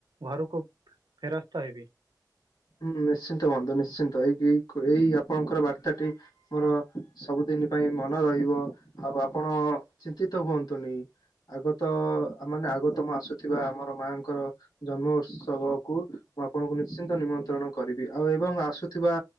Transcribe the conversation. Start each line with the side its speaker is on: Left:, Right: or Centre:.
Right: ଘରୁକୁ ଫେରସ୍ତ ହେବି।
Left: ହୁଁ ନିଶ୍ଚିନ୍ତ ବନ୍ଧୁ ନିଶ୍ଚିନ୍ତ ଏଇକି ଏଇ ଖ ଏଇ ଆପଣଙ୍କର ବାର୍ତ୍ତାଟି ମୋର ସବୁଦିନ ପାଇଁ ମନ ରହିବ ଆଉ ଆପଣ ଚିନ୍ତିତ ହୁଅନ୍ତୁନି ଆଗତ ମାନେ ଆଗତମ ଆସୁଥିବା ଆମର ମାଙ୍କର ଜନ୍ମ ଉତ୍ସବକୁୁ ମୁଁ ଆପଣଙ୍କୁ ନିଶ୍ଚିନ୍ତ ନିମନ୍ତ୍ରଣ କରିବି ଆଉ ଏବଂ ଆସୁଥିବା